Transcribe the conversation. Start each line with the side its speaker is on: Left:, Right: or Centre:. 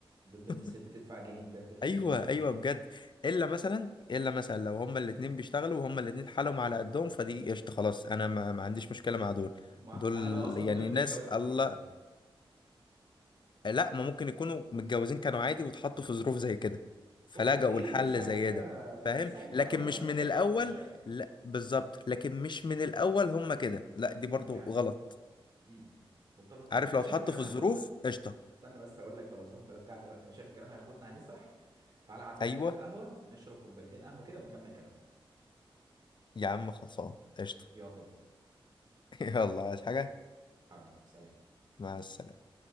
Right: ضد
Left: <laughs>
Right: ان الست تدفع جنيه بجد في
Left: ايوه
Right: ال- في العيشة
Left: ايوه بجد الا مثلا الا مثلا لو هما الاتنين بيشتغلوا وهما الاتنين حالهم على قدهم فدي قشطه خلاص انا ما, ما عنديش مشكله مع دول
Right: ما
Left: دول
Right: انا بقى اصلا
Left: يعني
Right: ضد
Left: ناس
Right: الجواز
Left: الله
Right: في الفكرة دي
Left: لا ما ممكن يكونوا متجوزين كانوا عادي واتحطوا في ظروف زي كده فلجأوا
Right: اوكي
Left: لحل
Right: دي ساعتها
Left: زي ده فاهم
Right: دي ساعتها
Left: لكن
Right: اه اللي
Left: مش
Right: هو انا
Left: من
Right: بحبك
Left: الاول
Right: فهشاركك
Left: لا بالظبط لكن مش من الاول هما كده لا دي برضو
Right: يعني
Left: غلط
Right: مم. متفق
Left: عارف
Right: معاك انا
Left: لو اتحط
Right: شايف الكلام
Left: في الظروف
Right: هياخدنا
Left: قشطه
Right: استنى بس اقول لك بلا ظروف بلا بتاع دلوقتي انا شايف الكلام هياخدنا هنسرح تعالى عدي
Left: ايوه
Right: عليك في القهوة نشرب كوبايتين قهوة كده ونكمل كلامنا
Left: يا عم خلصان قشطه
Right: يلا بينا
Left: <laughs> يلا عايز حاجه
Right: حبيبي سلام
Left: مع السلامه